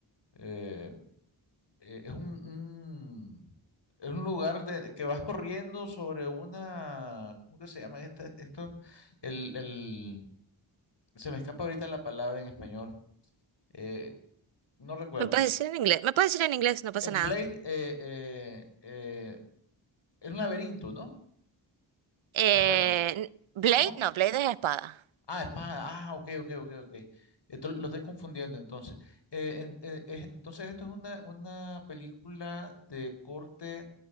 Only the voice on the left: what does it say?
Eh, eh, es un, un- es un lugar de, que vas corriendo sobre una, ¿cómo que se llama esta- esto? El, el, se me escapa ahorita la palabra en español. Eh, no recuerdo.
En
Blade, eh, eh, eh, es un laberinto, ¿no?
Me pare-
¿no?
Ah, espada. Ah, ok, ok, ok, ok. Esto lo estoy confundiendo entonces. Eh, en- eh, es- entonces, esto es una, una película de corte